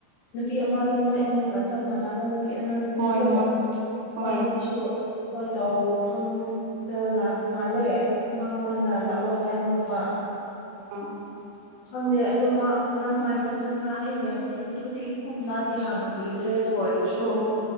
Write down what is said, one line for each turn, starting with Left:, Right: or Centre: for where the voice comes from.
Left: ꯅꯨꯄꯤ ꯑꯃꯗꯣ ꯅꯣꯏ ꯑꯅꯤꯒꯠ ꯆꯞ ꯃꯥꯟꯅꯕ ꯅꯨꯄꯤ ꯑꯅ
Right: ꯍꯣꯏ
Left: ꯅꯤꯗꯣ
Right: ꯍꯣꯏ
Left: ꯋꯥꯣꯏꯁꯨ
Right: ꯍꯣꯏ
Left: ꯃꯣꯏ ꯇꯧꯐꯝꯗ ꯂꯥꯛꯄ ꯃꯥꯜꯂꯦ ꯃꯉꯣꯟꯗ ꯂꯥꯛꯑꯣ ꯍꯥꯏꯅꯧꯕ
Right: ꯑꯥ
Left: ꯈꯪꯗꯦ ꯑꯗꯣ ꯃꯥ ꯀꯔꯝ ꯍꯥꯏꯥꯏꯅ ꯆꯠꯄ꯭ꯔꯥ ꯑꯩ ꯌꯥꯅꯤ ꯑꯗꯨꯗꯤ ꯀꯨꯞꯅꯗꯤ ꯍꯥꯡꯕꯤ ꯗ꯭ꯔꯦ ꯑꯗꯨ ꯑꯣꯏꯔꯁꯨ
Right: ꯑꯣ